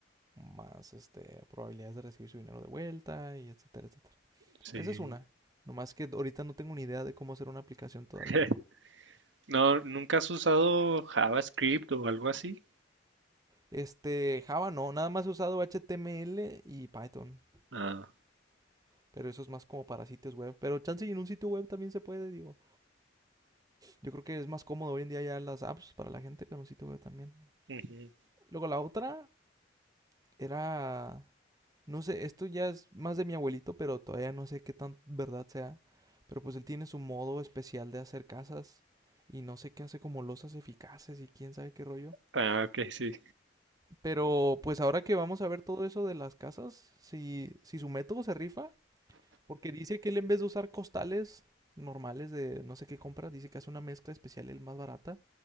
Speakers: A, on the right; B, on the right.
A: más este, probabilidades de recibir su dinero de vuelta y etcétera, etcétera.
B: sí.
A: Esa es una. Nomás que ahorita no tengo ni idea de cómo hacer una aplicación todavía.
B: <laughs> No, ¿nunca has usado JavaScript o algo así?
A: Este, Java no, nada más he usado HTML y Python.
B: Ah,
A: Pero eso es más como para sitios web. Pero chance y en un sitio web también se puede, digo. Yo creo que es más cómodo hoy en día ya las apps para la gente, pero un sitio web también.
B: ujú.
A: Luego la otra era, no sé, esto ya es más de mi abuelito, pero todavía no sé qué tan verdad sea. Pero pues él tiene su modo especial de hacer casas y no sé qué hace como losas eficaces y quién sabe qué rollo.
B: Ah, ok, sí.
A: Pero pues ahora que vamos a ver todo eso de las casas, si, si su método se rifa, Porque dice que él en vez de usar costales normales de no sé qué compra, dice que hace una mezcla especial, el más barata.